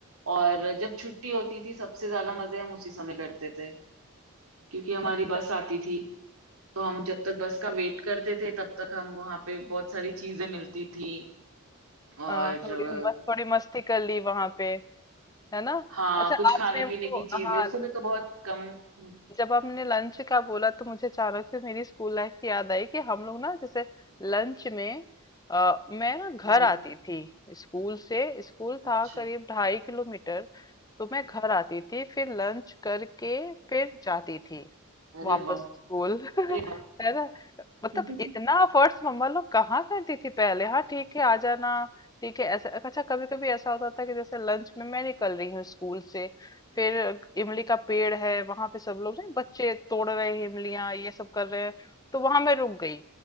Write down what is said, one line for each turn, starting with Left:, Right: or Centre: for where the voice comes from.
Right: और जब छुट्टी होती थी सबसे ज्यादा मजे हम उसी समय करते थे क्योंकि हमारी
Left: अच्छा
Right: बस आती थी तो हम जब तक बस का वेट करते थे तब तक हम वहां पे बहुत सारी चीजें मिलती थी और
Left: आ, थोड़ी
Right: अ,
Left: मस्त थोड़ी मस्ती कर ली वहां पे है ना
Right: हाँ
Left: अच्छा
Right: कुछ
Left: आपने
Right: खाने पीने
Left: वो
Right: की चीजें
Left: हाँ
Right: उस समय तो बहुत कम हम्म
Left: जब आपने लंच का बोला तो मुझे अचानक से मेरी स्कूल लाइफ की याद आई कि हम लोग ना जैसे लंच में अ, मैं ना घर
Right: हम्म,
Left: आती
Right: हम्म,
Left: थी स्कूल से स्कूल था
Right: अच्छा
Left: करीब ढाई किलोमीटर तो मैं घर आती थी फिर लंच करके फिर जाती थी
Right: अरे
Left: वापस
Right: वाह
Left: स्कूल <laughs>
Right: अरे
Left: है ना मतलब
Right: वाह <laughs>
Left: इतना अफर्ट्स मम्मा लोग कहाँ करती थी पहले हाँ ठीक है आ जाना ठीक है ऐसा अच्छा कभी कभी ऐसा होता था कि जैसे लंच में मैं निकल रही हूँ स्कूल से फिर इमली का पेड़ है वहां पे सब लोग नहीं बच्चे तोड़ रहे हैं इमलियां ये सब कर रहे हैं तो वहां मैं रुक गई